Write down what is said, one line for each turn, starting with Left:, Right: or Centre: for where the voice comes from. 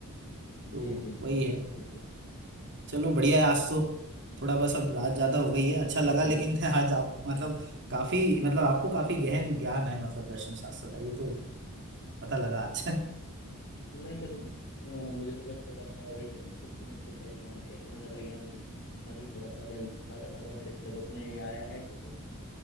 Right: तो
Left: जी जी जी
Right: वही
Left: बिल्कुल
Right: है
Left: सर बिल्कुल
Right: चलो बढ़िया है आज तो थोड़ा बस अब रात ज्यादा हो गई है अच्छा
Left: जी
Right: लगा
Left: सर
Right: लेकिन
Left: बिल्कुल
Right: <laughs> आज आप मतलब काफी मतलब आपको काफी गहन ज्ञान है मतलब दर्शन शास्त्र का ये तो पता लगा आज <laughs>
Left: नहीं सर अ, मुझे तो बस थोड़ा सा अभी तो छुटकू मुटकू सा ही ज्ञान है इतना ज्यादा ज्ञान नहीं है अभी थोड़ा सा जल ताजा ताजा मेरे सिलेबस में ये आया है तो बस